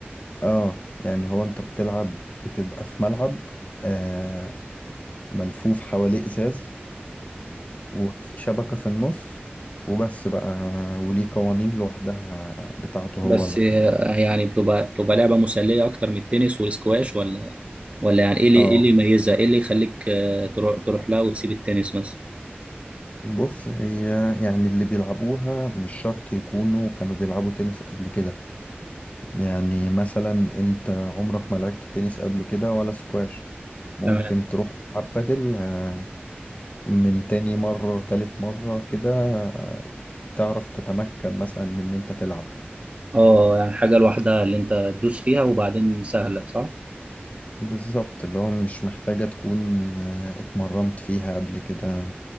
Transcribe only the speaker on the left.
آه يعني هو أنت بتلعب بتبقى في ملعب آه ملفوف حواليه إزاز وفي شبكة في النص وبس بقى وليه قوانين لوحدها بتاعته
هو لوحده
اه
بص هي يعني اللي بيلعبوها مش شرط يكونوا كانوا بيلعبوا تنس قبل كده يعني مثلا انت عمرك ما لعبت تنس قبل كده ولا سكواش ممكن
تروح تلعب بادل آه، من تاني مرة تالت مرة كده آه، تعرف تتمكن مثلا من ان انت تلعب
بالظبط اللي هو مش محتاجة تكون آه، اتمرنت فيها قبل كده